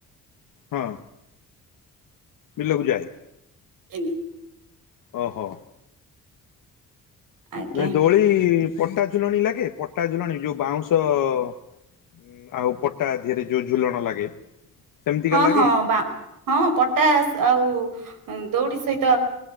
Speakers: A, on the left (about 70°); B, on the right (about 75°).
A: ହଁ। ବିଲକୁ ଯାଏ।
B: ଏନି
A: ଓହୋ।
B: ଆଜ୍ଞା
A: ନାଇଁ ଦୋଳି ପଟା ଝୁଲଣୀ ଲାଗେ ପଟା ଝୁଲଣୀ ଯୋଉ ବାଉଁଶ ଉଁ ଆଉ ପଟା ଧିଅରେ ଯୋଉ ଝୁଲଣ ଲାଗେ। ସେମିତିକା
B: ହଁ
A: ଲାଗେ?
B: ହଁ ବା ହଁ ପଟାସ୍ ଆଉ ଅଁ ଦୋଉଡି ସହିତ